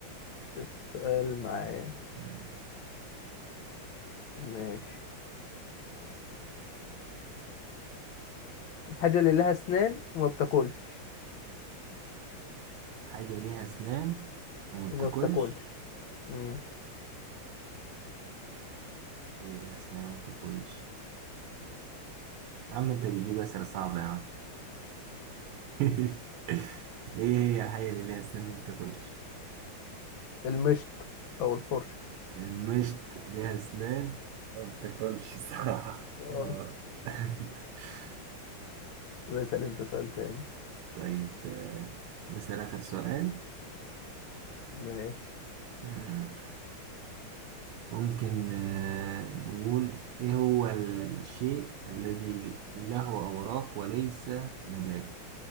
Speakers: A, on the left (about 75°); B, on the right (about 85°).
A: السؤال معايا
B: مم.
A: ماشي الحاجه اللي لها اسنان وما بتاكلش
B: حاجة ليها أسنان وما
A: وما
B: بتاكلش
A: بتاكلش مم.
B: حاجة ليها أسنان وما بتاكلش يا عم أنت بتجيب أسئلة صعبة يا عم <laughs> إيه هي الحاجة اللي ليها أسنان وما بتاكلش
A: المشط او الفرشه
B: المشط ليها أسنان ما بتاكلش الصراحة
A: آه.
B: آه. <laughs>
A: بسأل انت سؤال تاني
B: طيب آه، نسأل آخر سؤال
A: ماشي
B: مم. ممكن آه، نقول إيه هو الشيء الذي له أوراق وليس نبات